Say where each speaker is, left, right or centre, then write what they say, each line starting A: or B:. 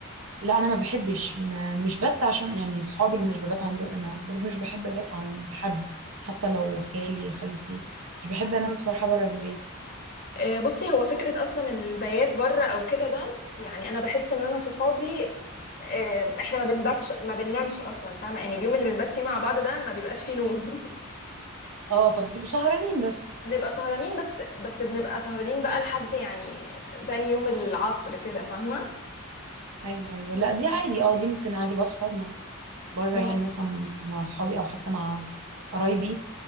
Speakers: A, on the right (about 80°); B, on the left (about 50°).
A: لا انا ما بحبش ما مش بس عشان يعني صحابي اللي مش ببات عندهم انا برضو مش بحب ابات عند حد حتى لو خالي خالتي مش بحب انام بصراحه بره البيت
B: آه، بصي هو فكره اصلا البيات بره او كده ده يعني انا بحس ان انا صحابي آه، احنا ما بنباتش ما بننامش اصلا فاهمه يعني اليوم اللي بنبات فيه مع بعض ده ما بيبقاش فيه نوم
A: اه فبتبقوا سهرانين بس
B: بنبقى سهرانين بس بس بنبقى سهرانين بقى لحد يعني تاني يوم العصر كده فاهمة
A: ايوه ايوه لا دي عادي اه دي ممكن عادي بسهر مع بره
B: اه
A: يعني مثلا مع اصحابي او حتى مع قرايبي